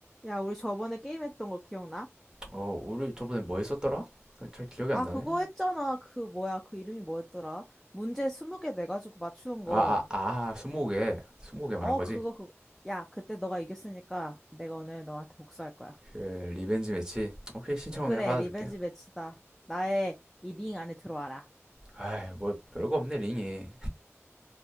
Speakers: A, in the centre; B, on the right.
A: 야, 우리 저번에 게임했던 거 기억나?
B: 어, 우리 저번에 뭐 했었더라? 잘 잘 기억이 안
A: 아,
B: 나네.
A: 그거 했잖아. 그 뭐야? 그 이름이 뭐였더라? 문제 20개 내가지고 맞추는 거.
B: 아, 아, 아, 스무고개. 스무고개 말한
A: 어,
B: 거지?
A: 그거 그 야, 그때 너가 이겼으니까 내가 오늘 너한테 복수할 거야.
B: 그, 리벤지 매치. 오케이, 신청은
A: 그래,
B: 내가 받아줄게.
A: 리벤지 매치다. 나의 이 링 안에 들어와라.
B: 아이, 뭐, 별거 없네, 링이.